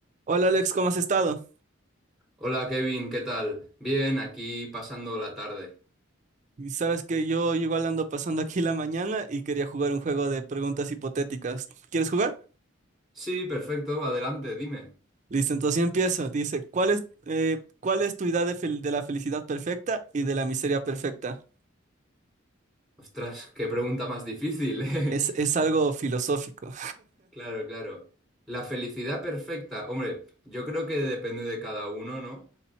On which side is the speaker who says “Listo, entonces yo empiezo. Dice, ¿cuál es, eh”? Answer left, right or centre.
Right